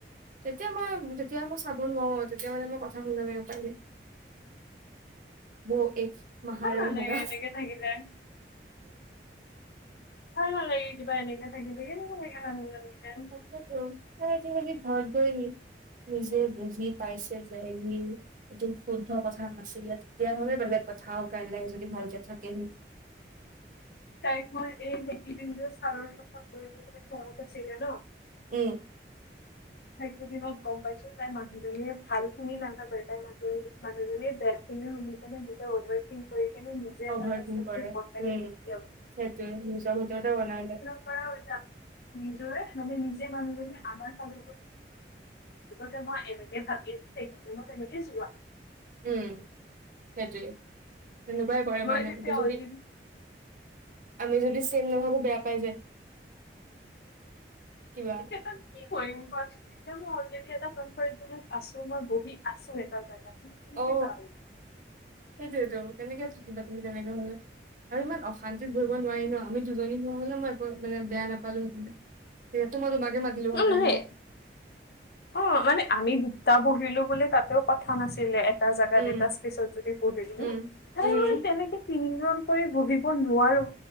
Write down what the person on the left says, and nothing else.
ভাল নালাগে
এনেকে থাকিলে ভাল ভাল নালাগে কিবা এনেকে থাকি থাকি কেনেক থাকে <inaudible>
তাইক মই এই সেইকিদিন যে চাৰৰ গৈ ঘৰত আছিলে ন।
টাইক দিনত গম পাইছো, তাই মানুহজনীয়ে ভাল খিনি লাগ বটা ম মৰে বেনুনে ব ভিং কৰি কেনে এটা
হস্তক্ষেপ
বনাই ল'ব কেতিয়াবা
হৈ, য, নিজৰে আমি নিজে মানুহ বুলি আমাৰ ফালে যে মই এনে কেই ভাবি আছো, তেই ম-মই তেনে কই যোৱা।
মই তেতিয়া
অলৰেডি
কি কৰিম কো মই অলৰেডি এটা কনফাৰ্ট জত আছো, মই বহি আছো এটা জগাত কেনেকৈ
যাম।
অ নহয়
অ মানে আমি দুটা বহিলো বুলি তাতেও কথা নাছিলে এটা জেগাত
এটা পিছত যদি বহিদিলো
নাই
মই তেনেকে তিনিজন কৰি বহিব নোৱাৰো।